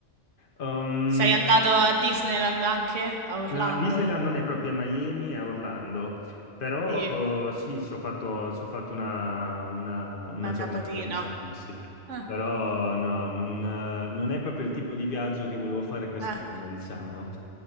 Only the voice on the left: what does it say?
Um,
no, Disneyland non è proprio a Miami, è a Orlando, però
eh, sì, ci ho fatto, ci ho fatto una, una- una
giornata,
diciamo, sì.
Però no, non, eh, non è proprio il tipo di viaggio che volevo fare quest'anno,
diciamo.